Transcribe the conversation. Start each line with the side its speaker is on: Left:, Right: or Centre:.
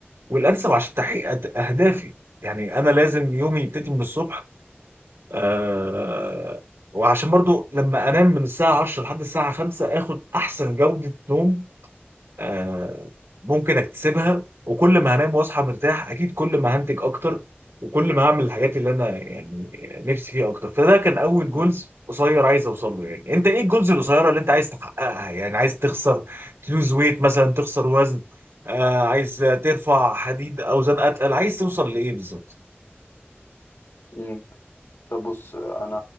Right: والانسب عشان تحقيق أد- اهدافي يعني انا لازم يومي يبتدي من الصبح آه وعشان برضو لما انام من الساعه 10 لحد الساعه 5 اخد احسن جوده نوم آه، ممكن اكتسبها وكل ما هنام واصحى مرتاح اكيد كل ما هنتج اكتر وكل ما هعمل الحاجات اللي انا يعني نفسي فيها اكتر فده كان اول جولز
Left: مم.
Right: قصير عايز اوصل له يعني انت ايه الجولز القصيره اللي انت عايز تحققها يعني عايز تخسر تلوز ويت مثلا تخسر وزن آه عايز ترفع حديد اوزان اتقل عايز توصل لايه بالظبط
Left: مم. طب بص انا